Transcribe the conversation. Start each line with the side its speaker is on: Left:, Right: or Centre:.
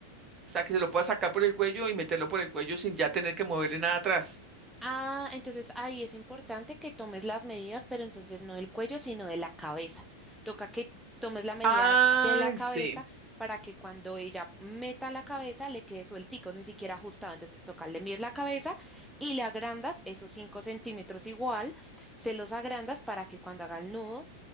Right: sea, que se lo pueda sacar por el cuello y meterlo por el cuello sin ya tener que moverle nada atrás.
Centre: Ah, entonces ahí es importante que tomes las medidas, pero entonces no del cuello, sino de la cabeza. Toca que tomes la medida
Right: Ay,
Centre: de la cabeza
Right: sí.
Centre: para que cuando ella meta la cabeza le quede sueltico, ni siquiera ajustado. Entonces toca, le mides la cabeza y le agrandas esos 5 centímetros igual, se los agrandas para que cuando haga el nudo,